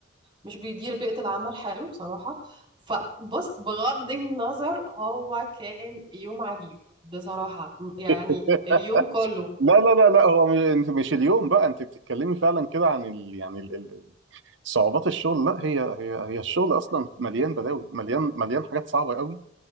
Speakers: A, on the right; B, on the right.
A: مش بيدير بيئه العمل حلو بصراحه فبص بغض النظر هو كان يوم عجيب بصراحه م- يعني
B: <laughs>
A: اليوم كله
B: لا لا لا لا هو م- انت مش اليوم بقى انت بتتكلمي فعلا كده عن ال... يعني صعوبات الشغل لا هي هي هي الشغل اصلا مليان بلاوي مليان مليان حاجات صعبه قوي